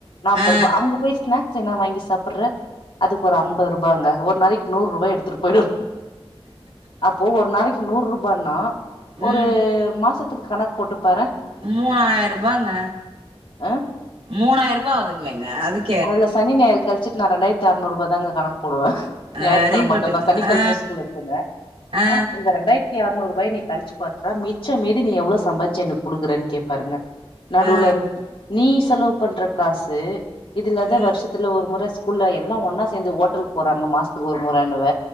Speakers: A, on the left; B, on the right.
A: நாப்பது
B: ஆ
A: ரூபா அங்க போயி ஸ்னாக்ஸ் என்னா வாங்கி சாப்டுற அதுக்கு ஒரு ஐம்பது ரூபாங்க ஒரு நாளக்கு நூறு ரூபாய் எடுத்துட்டு போய்டுவ அப்போ ஒரு நாளைக்கி நூறு ரூபானா ஒரு
B: ம்
A: மாசத்துக்கு கணக்கு போட்டு பாற
B: மூயிர ரூபாங்க
A: ஆ
B: மூணாயிருபா ஆகுதுங்களங்க அதுக்
A: அதுல சனி ஞாயர கழிச்ட்டு நா ரெண்டாயிரத்துறுநூறுபா தாங்க கணக்கு போடுவ
B: வெரி
A: ஞாயிற்றுக்கிழ மட்டுதா
B: குட்டுங்க
A: சனிக்கிழம
B: ஆ
A: ஸ்கூல் இருக்குங்க
B: ஆ
A: அ இந்த ரெண்டாயிரத் தி அறுநூறுபாய் நீ கழிச்சு பாத்தா மிச்ச மீதி நீ எவ்ள சம்பாச்சு எனக்கு கொடுக்குறன்னு கேப்பாருங்க நடுலன்
B: ஆ
A: நீ செலவு பண்ற காசு இதுலதா
B: ம்
A: வருஷத்து த்துல ஒரு முற ஸ்கூல்ல எல்லா ஒன்னா சேந்து ஓட்டலுக்கு போறாங்க மாசத்துக்கு ஒரு முறனுவ